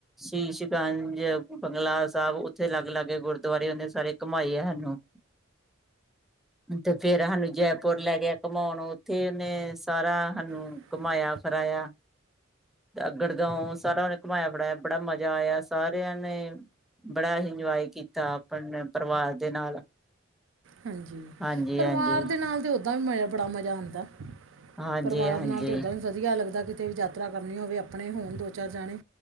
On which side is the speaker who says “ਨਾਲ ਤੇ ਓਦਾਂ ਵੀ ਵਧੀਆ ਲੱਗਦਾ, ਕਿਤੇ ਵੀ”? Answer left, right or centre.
Right